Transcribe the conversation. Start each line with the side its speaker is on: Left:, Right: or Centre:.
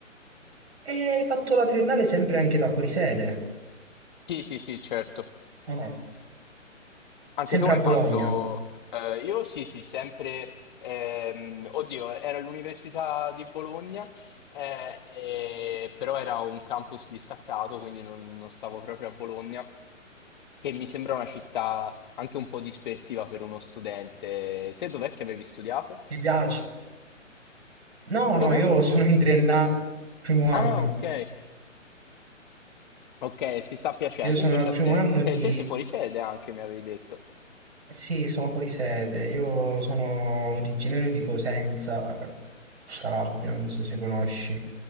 Right: hai fatto la triennale sempre anche da fuori sede?
Left: Sì, sì, sì, certo.
Right: o no?
Left: Anche
Right: sempre
Left: tu hai
Right: a Bologna.
Left: fatto... eh, io sì, sì, sempre... ehm, oddio, era all'Università di Bologna, eh, e- però era un campus distaccato, quindi non, non stavo proprio a Bologna, che mi sembra una città anche un po' dispersiva per uno studente. Te dov'è che avevi studiato?
Right: Ti piace? No, no,
Left: Come?
Right: io sono in triennale, primo anno.
Left: Ah, ok. Ok, ti sta piacendo
Right: Io sono
Left: invece
Right: al primo
Left: a te?
Right: anno
Left: A te,
Right: di...
Left: te sei fuori sede anche, mi avevi detto.
Right: Sì, sono fuori sede. Io sono originario di Cosenza, Calabria, non so se conosci.